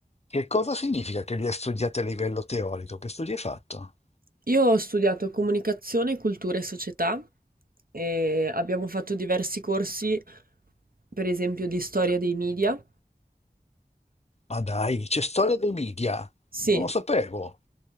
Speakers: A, on the left; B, on the right.
A: Che cosa significa che li hai studiati a livello teorico? Che studi hai fatto?
B: Io ho studiato comunicazione, cultura e società e abbiamo fatto diversi corsi, per esempio di storia dei media.
A: Ma dai, c'è storia dei media.
B: Sì,
A: Non lo sapevo.